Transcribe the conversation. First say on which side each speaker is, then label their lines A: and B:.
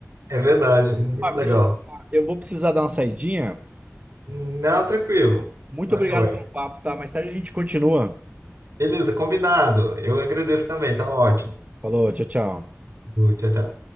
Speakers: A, on the right; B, on the right.
A: É verdade, muito
B: Fábio,
A: legal.
B: deixa eu te falar. Eu vou precisar dar uma saidinha.
A: Não, tranquilo.
B: Muito
A: Tá
B: obrigado
A: joia.
B: pelo papo, tá? Mais tarde a gente continua.
A: Beleza, combinado. Eu agradeço também, tá ótimo.
B: Falou, tchau, tchau.
A: Tchau, tchau.